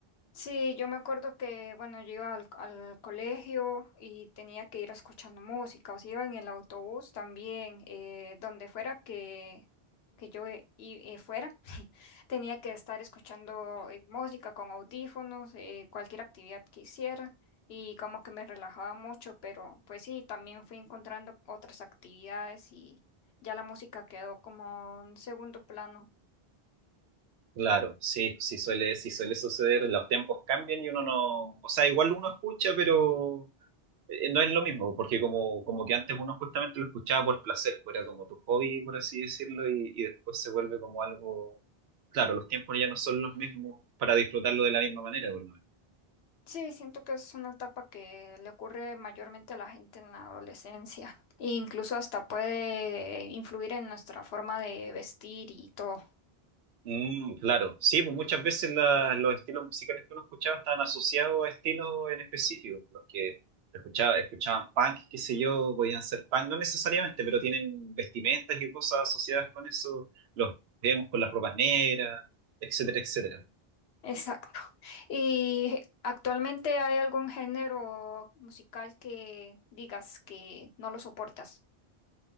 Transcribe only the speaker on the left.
Sí, yo me acuerdo que, bueno, yo iba al, al colegio y tenía que ir escuchando música, o sea, iba en el autobús también, eh, donde fuera que, que yo eh, i- eh, fuera, <laughs> tenía que estar escuchando eh, música con audífonos, eh, cualquier actividad que hiciera, y como que me relajaba mucho, pero pues sí, también fui encontrando otras actividades y ya la música quedó como en segundo plano.
Sí, siento que es una etapa que le ocurre mayormente a la gente en la adolescencia e incluso hasta puede influir en nuestra forma de vestir y todo.
Exacto. ¿Y actualmente hay algún género musical que digas que no lo soportas?